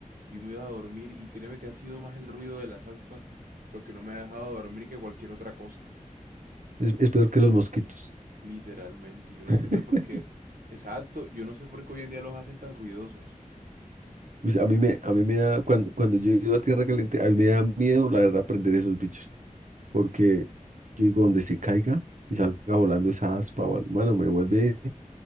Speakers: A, on the right (about 85°); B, on the right (about 65°).
A: Yo me iba a dormir y créeme que ha sido más el ruido de las aspas lo que no me ha dejado dormir que cualquier otra cosa.
B: Es, es peor que los mosquitos.
A: Literalmente, yo no
B: <laughs>
A: entiendo por qué. Exacto, yo no sé por qué hoy en día los hacen tan ruidosos.
B: Pues a mí me, a mí me da, cuando, cuando yo he ido a tierra caliente, a mí me da miedo, la verdad, prender esos bichos. Porque yo digo, donde se caiga y salga volando esa aspa, o algo, mano, me vuelve,